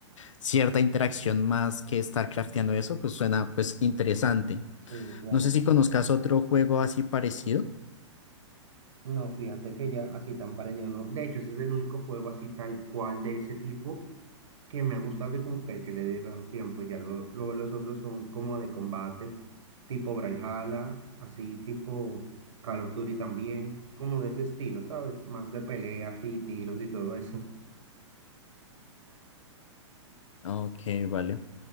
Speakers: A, on the left (about 85°); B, on the right (about 80°).
A: cierta interacción más que estar crafteando eso, pues suena pues interesante.
B: Sí, claro.
A: No sé si conozcas otro juego así parecido.
B: No, fíjate que ya así tan parecido, ¿no? De hecho, ese es el único juego así tal cual de ese tipo que me ha gustado y como que, que le he dado tiempo. Ya luego luego los otros son como de combate, tipo Brawlhalla, así tipo Call of Duty también, como de ese estilo, ¿sabes? Más de peleas y tiros y todo eso.
A: Ok, vale.